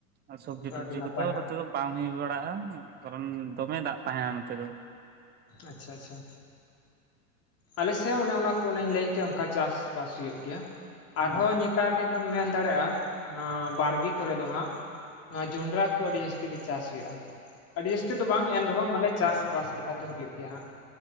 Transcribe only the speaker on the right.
ᱟᱨ ᱥᱚᱵᱡᱤ
ᱴᱚᱵᱡᱤ
ᱠᱚᱫᱚ
ᱱᱚᱛᱮ ᱫᱚ᱾ ᱵᱟᱝ ᱦᱩᱭ ᱵᱟᱲᱟᱜᱼᱟ ᱠᱟᱨᱚᱱ ᱫᱚᱢᱮ ᱫᱟᱜ ᱛᱟᱦᱮᱱᱟ ᱱᱚᱛᱮ ᱫᱚ᱾
ᱦᱮᱸ